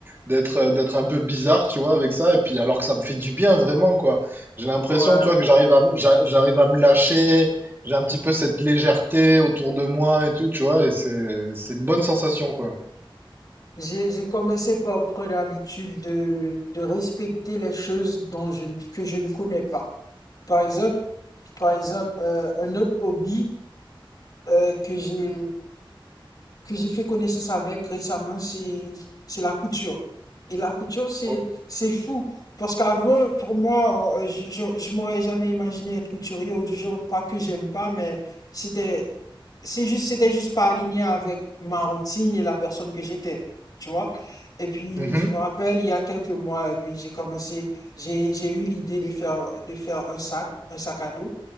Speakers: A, on the right; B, on the left.
A: d'être, euh, d'être un peu bizarre, tu vois, avec ça. Et puis alors que ça me fait du bien vraiment, quoi. J'ai l'impression,
B: ouais.
A: tu vois, que j'arrive à, m- j'a- j'arrive à me lâcher. J'ai un petit peu cette légèreté autour de moi et tout, tu vois. Et c'est, c'est une bonne sensation, quoi.
B: J'ai j'ai commencé par prendre l'habitude de, de respecter les choses dont je, ne- que je ne connais pas. Par exemple, par exemple, euh, un autre hobby euh, que j'ai que j'ai fait connaissance avec récemment, c'est c'est la couture. Et la couture, c'est
A: Oh,
B: c'est fou parce qu'avant, pour moi, euh, je je, je m'aurais jamais imaginé être couturier ou du genre, pas que j'aime pas, mais c'était c'est juste, c'était juste pas aligné avec ma routine et la personne que j'étais, tu vois. Et puis,
A: mhm.
B: je me rappelle, il y a quelques mois, et puis j'ai commencé, j'ai, j'ai eu l'idée de faire, de faire un sac, un sac à dos.